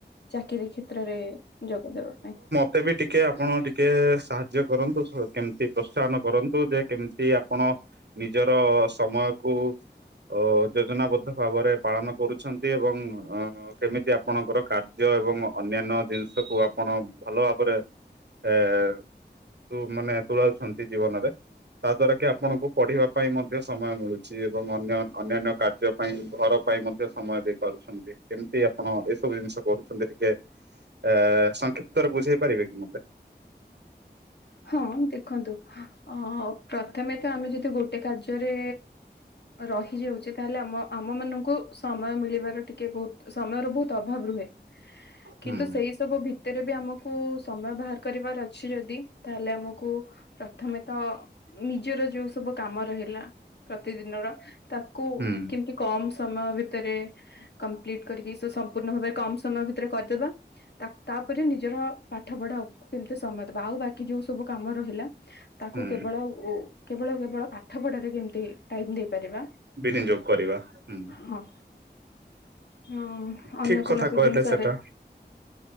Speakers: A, on the left; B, on the right.
A: ଚାକିରୀ କ୍ଷେତ୍ରରେ ଯୋଗ ଦେବା ପାଇଁ।
B: ମୋତେ ବି ଟିକେ ଆପଣ ଟିକେ ସାହାଯ୍ୟ କରନ୍ତୁ କେମିତି ପ୍ରୋତ୍ସାହନ କରନ୍ତୁ ଯେ କେମିତି ଆପଣ ନିଜର ସମୟକୁ ଅ-ଅ ଯୋଜନାବଦ୍ଧ ଭାବରେ ପାଳନ କରୁଛନ୍ତି ଏବଂ ଅ କେମିତି ଆପଣଙ୍କର କାର୍ଯ୍ୟ ଏବଂ ଅନ୍ୟାନ୍ୟ ଜିନିଷକୁ ଆପଣ ଭଲ ଭାବରେ ଏ-ଏ-ଏ ତୁ ମାନେ ତୋଳାଉଛନ୍ତି ଜୀବନରେ। ତା ଦ୍ଵାରା କି ଆପଣଙ୍କୁ ପଢିବା ପାଇଁ ମଧ୍ୟ ସମୟ ମିଳୁଛି ଏବଂ ଅନ୍ୟ ଅନ୍ୟାନ୍ୟ କାର୍ଯ୍ୟ ପାଇଁ ଘର ପାଇଁ ମଧ୍ୟ ସମୟ ଦେଇ ପାରୁଛନ୍ତି। କେମିତି ଆପଣ ଏ ସବୁ ଜିନିଷ କରୁଛନ୍ତି ଟିକେ ଏ-ଏ-ଏ-ଏ ସଂକ୍ଷିପ୍ତରେ ବୁଝେଇ ପାରିବେ କି ମତେ?
A: ହଁ ଦେଖନ୍ତୁ ଅ-ଅ-ଅ ପ୍ରଥମେ ତ ଆମେ ଯଦି ଗୋଟେ କାର୍ଯ୍ୟରେ ରହି ଯାଉଛେ ତାହେଲେ ଆମ ଆମ ମାନଙ୍କୁ ସମୟ ମିଳିବାର ଟିକେ କେ ବହୁତ ସମୟର ବହୁତ ଅଭାବ ରୁହେ।
B: ହୁଁ
A: କିନ୍ତୁ ସେଇ ସବୁ ଭିତ ତରେ ବି ଆମକୁ ସମୟ ବାହାର କରିବାର ଅଛି ଯଦି ତାହେଲେ ଆମ କୁ ପ୍ରଥମେ ତ ନିଜର ଯୋଉ ସବୁ କାମ ରହିଲା ପ୍ରତିଦିନ ର ତ ତାକୁ
B: ହୁଁ
A: କେମିତି କମ୍ ସମୟ ସମୟ ଭିତରେ କମ୍ପ୍ଲିଟ କରିକି ଶ ସମ୍ପୂର୍ଣ ଭାବରେ କମ୍ ସମୟ ଭିତରେ କରି ଦେବା ତା ତା ତାପରେ ନିଜର ପାଠ ପଢା ଉପ ତେ ସମୟ ଦେବା ଆଉ ବାକି ଯୋଉ ସବୁ କାମ ରହିଲା ତାକୁ
B: ହୁଁ
A: କେବଳ ଓ କେବଳ କେବଳ ପା ପାଠପଢାରେ କେମତି ଟାଇମ ଦେଇପାରିବା,
B: ବିନିଯୋଗ କରିବା ହୁଁ
A: ହଁ। ହଁ
B: ଠିକ
A: ଅନ୍ୟ
B: କଥା
A: କୌଣସି
B: କହିଲେ
A: ଜିନିଷରେ
B: ସେଟା।